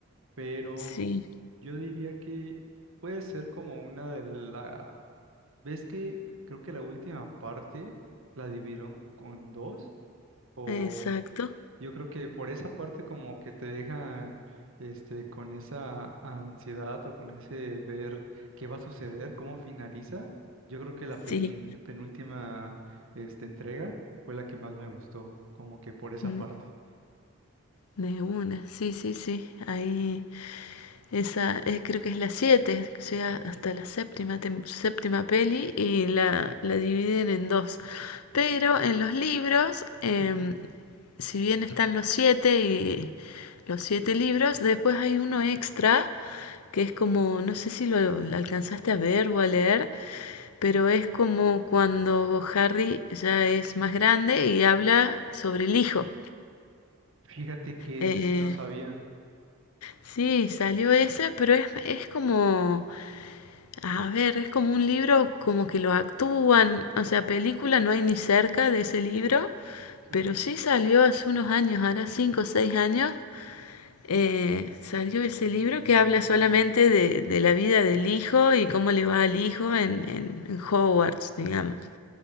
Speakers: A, on the right; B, on the left.
A: pero
B: sí,
A: yo diría que puede ser como una de las Ves que creo que la última parte la dividieron con dos, o
B: exacto,
A: yo creo que por esa parte como que te dejan este con esa ansiedad o con ese ver qué va a suceder, cómo finaliza. Yo creo que la penil-
B: sí,
A: penúltima este, entrega fue la que más me gustó, como que por esa
B: n-
A: parte.
B: de una, sí, sí, sí, ahí, esa, eh, creo que es la siete que llega hasta la séptima, tem- séptima peli y la, la dividen en dos, pero en los libros, em,
A: Ujú.
B: si bien están los siete y los siete libros, después hay uno extra que es como, no sé si lo, lo alcanzaste a ver o a leer, pero es como cuando Harry ya es más grande y habla sobre el hijo.
A: Fíjate que
B: Eh,
A: ese sí no sabía.
B: sí, salió ese, pero es, es como, a ver, es como un libro como que lo actúan, o sea, película no hay ni cerca de ese libro,
A: Ujú.
B: pero sí salió hace unos años, ahora 5 o 6 años, eh, salió ese libro que habla solamente de, de la vida del hijo y cómo le va al hijo en, en, en Hogwarts, digamos.